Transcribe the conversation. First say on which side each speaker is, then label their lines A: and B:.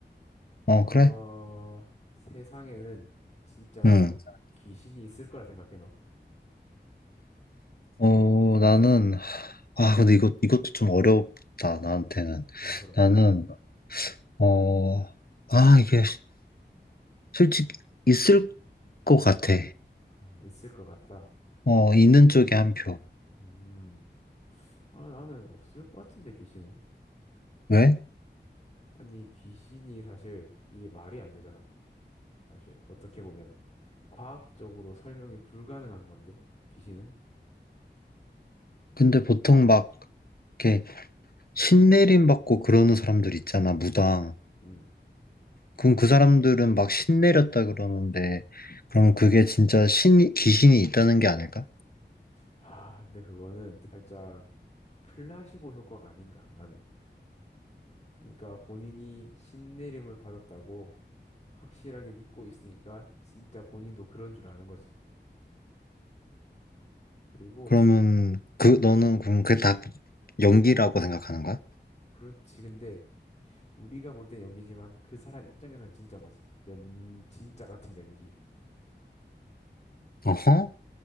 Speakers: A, on the left; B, on the left.
A: 어,
B: 어,
A: 그래?
B: 세상에는 진짜
A: 응.
B: 귀신이 있을 거라 생각해, 너?
A: 어, 나는, 아, 근데 이것, 이것도 좀 어렵다, 나한테는.
B: 아, 그런가?
A: 나는, 어, 아, 이게 솔직히 있을 것 같아.
B: 아, 있을 것 같다.
A: 어, 있는 쪽에 한 표.
B: 음, 아, 나는 없을 것 같은데, 귀신은?
A: 왜?
B: 아니, 귀신이 사실 이게 말이 안 되잖아. 사실, 어떻게 보면. 과학적으로 설명이 불가능한 건데, 귀신은?
A: 근데 보통 막, 이렇게 신내림 받고 그러는 사람들 있잖아, 무당.
B: 음.
A: 그럼 그 사람들은 막 신내렸다 그러는데, 그럼 그게 진짜 신, 귀신이 있다는 게 아닐까?
B: 아, 근데 그거는 살짝 플라시보 효과가 아닌가, 나는. 그러니까 본인이 신내림을 받았다고 확실하게 믿고 있으니까 진짜 본인도 그런 줄 아는 거지. 그리고
A: 그러면, 그, 너는 그럼 그게 다 연기라고 생각하는 거야?
B: 그렇지. 근데 우리가 볼 땐 연기지만 그 사람 입장에선 진짜 거지. 연 진짜 같은 연기.
A: 어허?